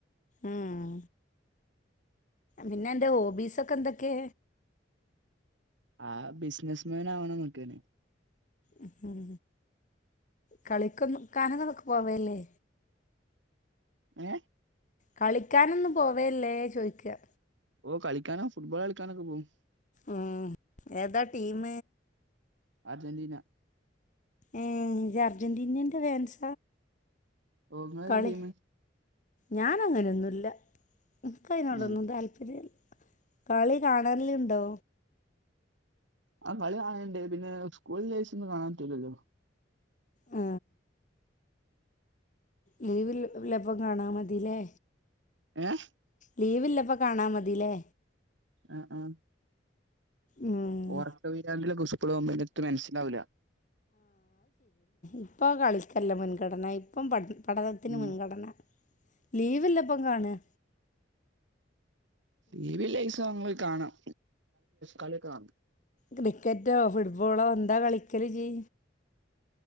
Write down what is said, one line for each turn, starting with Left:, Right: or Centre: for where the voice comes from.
Left: ഉം പിന്നെ അന്റ ഓബീസക്കെ എന്തൊക്കെ
Right: ആഹ് ബിസിനസ്മാൻ ആവണന്നോക്കെ
Left: ഉം കളിക്കൊന്നു കാനളൊക്കെ പോവല്ലേ
Right: ഏ
Left: കളിക്കാനൊന്നും പോവേല്ലേ ചോയ്ക്കുക
Right: ഓ കളിക്കാനോ ഫുട്ബോൾ കളിക്കാനൊക്കെ പോവും
Left: ഉം ഏതാ ടീം
Right: അർജന്റീന
Left: ഏ അർജന്റീനേന്റ ഫേൻസ
Right: ഓ ഇങ്ങളേതാ
Left: കളി
Right: ടീമ്
Left: ഞാനങ്ങനൊന്നുല്ല ക്ക് അയ്നോടൊന്നും
Right: ഏ
Left: താല്പര്യമ കളി കാണല്ലുണ്ടോ
Right: ആ കളി കാണല്ണ്ട് പിന്നെ സ്കൂള്ല്ലേസം ഒന്നും കാണാൻ പറ്റൂലല്ലോ
Left: ആ ലീവില് ല്ലപ്പം കാണാ മതില്ലേ
Right: ഏഹ
Left: ലീവില്ലപ്പകാണാ മതില്ലേ
Right: ആ ആ
Left: ഉം.
Right: ഒർക്കപിരാന്ത്ലൊക്കെസ്ക്കൂള്പോകുമ്പ എത്തുമന്സ്സിലാവുല്ല
Left: ഇപ്പൊ കളിക്കല്ലാമുൻഗണന ഇപ്പം പഠിപ്പാ പഠനത്തിന്മുൻഗണന
Right: ഉം
Left: ലീവില്ലപ്പകാണും
Right: ലീവിലെസാകുമ്പ കാണാം കളിയൊക്കെ കാണാം
Left: ക്രിക്കറ്റോഫുട്ബോളോ എന്താകളിക്കരല്ജ്